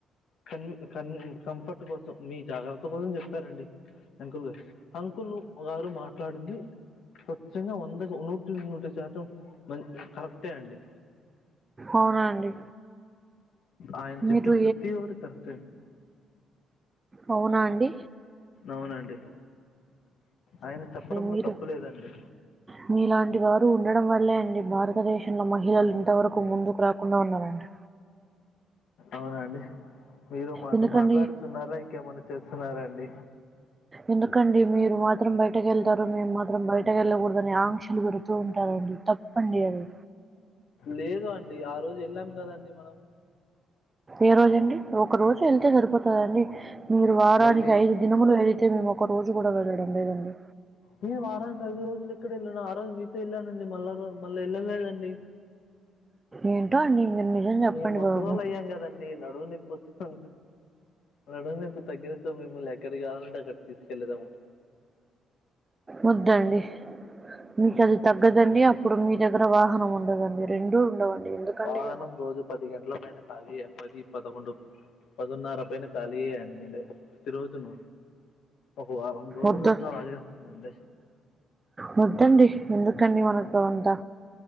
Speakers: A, on the left (about 70°); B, on the right (about 25°).
A: కన్ కన్ కంఫర్ట్ కోసం మీ జాగ్రత్త కోసం చెప్పారండి అంకుల్ గారు అంకుల్ గారు మాట్లాడింది స్వచ్ఛంగా వందకి నూటికి నూటి శాతం మం కరెక్టే అండి
B: అవునా అండి
A: ఆయన
B: మీరు
A: చెప్పిన ప్రతి ఒకటి కరెక్టే అండి
B: అవునండి
A: అవునండి ఆయన చెప్పడంలో
B: మీరు
A: తప్పు లేదండి
B: మీలాంటి వారు ఉండడం వల్లే అండి భారతదేశంలో మహ్ మహిళలు ఇంతవరకు ముందుకు రాకుండా ఉన్నారండి
A: అవునండి మీరు మాతో
B: ఎందుకండి
A: మాట్లాడుతున్నారా ఇంకేమన్నా చేస్తున్నారాండి
B: ఎందుకండి మీరు మాత్రం బయటకి వెళ్తారు మేము మాత్రం బయటకు వెళ్ళకూడదని క్షలు పెడుతూ ఉంటారండి తప్పండి అది
A: లేదు అండి ఆ రోజు వెళ్ళాం కదండి మనం
B: ఏ రోజ అండి ఒక రోజు వెళ్తే సరిపోతదండి మీరు వారానికి
A: డైలీ
B: ఐదు దినములు వె అయితే మేము ఒక రోజు కూడా వెళ్ళడం లేదండి
A: నేను వారానికి ఐదు రోజులు ఇక్కడ వెళ్ళాను ఆ రోజు మీతో వెళ్ళానండి మళ్ళా మళ్ళా వెళ్ళలేదండి
B: ఏంటో అండి మీరు నిజం చెప్పండి
A: ఈ ముసలళ్ళ
B: బాబు.
A: అయ్యాం కదండీ నడువు నిప్పొచ్చుకో నడుం నొప్పి తగ్గినక మిమ్మల్ని ఎక్కడికి కావాలంటే అక్కడికి తీసుకెళ్ళదాము
B: వద్దండీ మీకు అది తగ్గదండి
A: ఎందుకండి
B: అప్పుడు మీ దగ్గర వాహనం ఉండదండి రెండూ ఉండవండి ఎందుకండిను
A: వాహనం రోజు పది గంటల పైన పది పదకొండు పదన్నర పైన ఖాళీయండి అండి ప్రతి రోజును ఒక వారం రోజులు
B: వద్దు.
A: ఉన్నాం అయ్యే వస్తుంది అంతే
B: వద్దండి ఎందుకండి మనకు అది అంతా